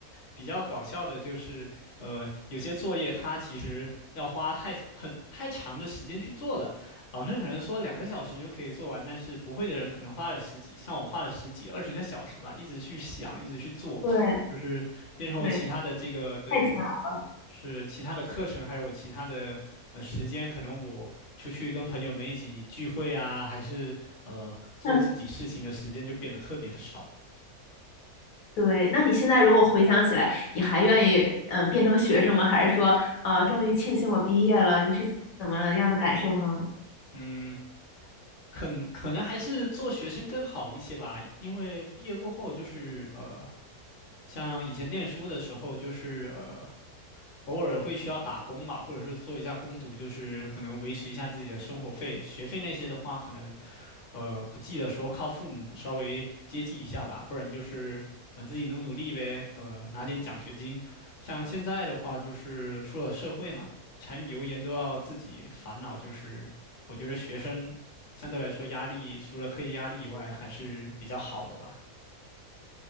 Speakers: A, on the left; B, on the left.
A: 比较搞笑的就是，呃，有些作业它其实要花太很太长的时间去做了，老师可能说两个小时就可以做完，但是不会的人可能花了十几，像我花了十几二十个小时吧，一直去想，一直去做，
B: 对
A: 就是变成我其他的这个对，
B: 对，太惊了。
A: 是其他的课程，还有我其他的呃时间，可能我出去跟朋友们一起聚会啊，还是呃做自己事情的时间就变得特别的少，
B: 嗯对。那你现在如果回想起来，你还愿意嗯变成学生吗？还是说啊、呃终于庆幸我毕业了？你是怎么样的感受呢？
A: 嗯。可可能还是做学生更好一些吧，因为毕业过后就是呃，像以前念书的时候就是呃，偶尔会需要打工嘛，或者是做一下工读，就是可能维持一下自己的生活费。学费那些的话，可能呃不济的时候靠父母稍微接济一下吧，不然就是呃自己努努力呗，呃拿点奖学金。像现在的话，就是出了社会嘛，柴米油盐都要自己烦恼，就是我觉得学生相对来说压力除了课业压力以外还是比较好的吧，